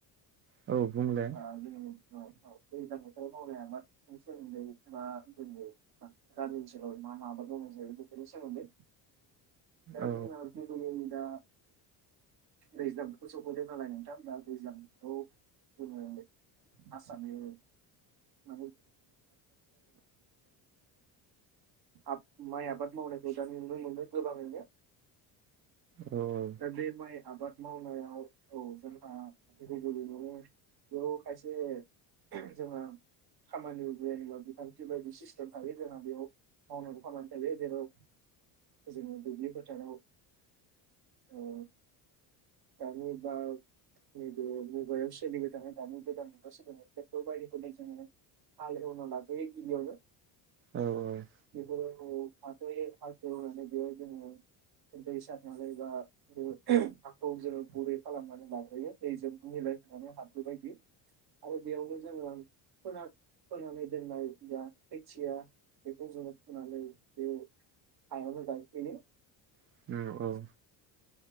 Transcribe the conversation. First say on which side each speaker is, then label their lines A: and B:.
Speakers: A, on the right (about 30°); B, on the right (about 50°).
A: औ बुंलाय।
B: <unintelligible> दैज्लां बोथोराव मावनाय आबादनि सोमोन्दै मा <unintelligible> गामि ओनसोलाव मा मा आबाद मावनाय जायो बेफोरनि सोमोन्दै दा
A: औ
B: जोङो गुबैयै दा दैज्लां बोथोर सफैबाय नालाय नोंथां दा दैज्लांखौ जोङो आसामनि <unintelligible> आब माइ आबाद मावनायखौ दा‌ नुनो मोनो गोबाङैनो।
A: औ।
B: दा बे माइ आबाद मावनायाव औ जोंहा गुबैयैनो बेयाव खायसे जोंहा खामानि जेनेबा बिथांखि बायदि सिस्टेम थायो जोंना बेयाव। मावनांगौ खामानि थायो जेराव जों दुब्लि फोथाराव औ गामि बा नैबे मुगायाव सोलिबाय थानाय दानि गोदान मुगा सोलिबाय थानाय <unintelligible> बायदिखौ जों हाल एवना लाग्रोयो गिबियावनो
A: औ औ।
B: बेफोरो न'आव <unintelligible> एवनानै बेयाव जोङो दै सार <unintelligible> ओ हाखौ जोङो गुरै खालामनानै लाग्रोयो दैजों मिलायहोनानै हाब्रु बायदि। आरो बेयावनो जोङो फोना फोनानै दोननाय जा खोथिया बेखौ जोङो फुनानै बे हायावनो गाय फैयो।
A: औ
B: <inaudible>
A: औ औ